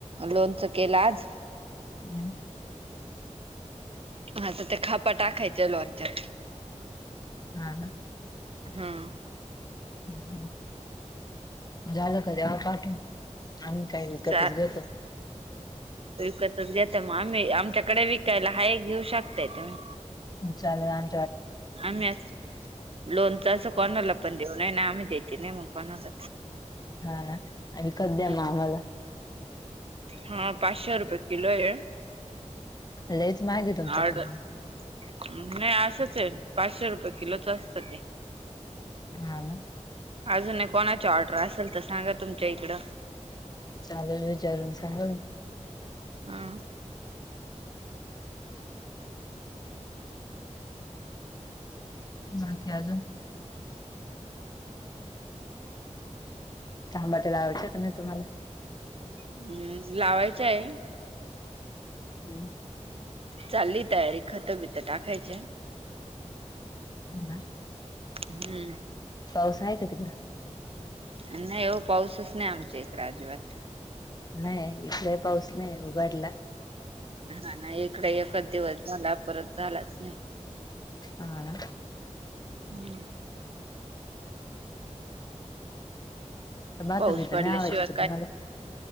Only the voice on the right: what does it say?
लोनच केलं आज
हा तर ते खापा टाकायचे लॉच्यात
हम्म.
<unintelligible>
घता मग आम्ही आमच्याकडे विकायला हा घेऊ शकताय तुम्ही.
आम्ही अस लोनच असं कोणाला पण देऊनय ना आम्ही देत नाही मग कोणालाच
हम्म,
हा पाचशे रुपये किलो आहे
ऑर्डर नाही असंच आहे पाचशे रुपये किलोच असत ते
अजून कोणाची ऑर्डर असेल तर सांगा तुमच्या इकडं
हा.
हम्, लावायचं आहे.
चालली तयारी खतं बितं टाखयचे.
हम्म.
न्हाई ओ पाऊसच नाही आमच्या इकडे आजिबात.
ह ना, इकड एकच दिवस झाला परत झालाच नाही.
हम्म.
पाऊस
पडल्याशिवाय